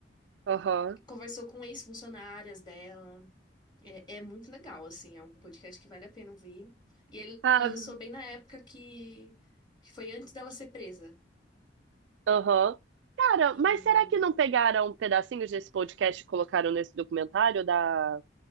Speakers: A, on the right; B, on the left.
A: aham.
B: conversou com ex-funcionárias dela. É, é muito legal, assim, é um podcast que vale a pena ouvir. E ele
A: Ah,
B: lançou bem na época que, que foi antes dela ser presa.
A: aham. Cara,
B: E
A: mas será que não pegaram pedacinhos desse podcast e colocaram nesse documentário da,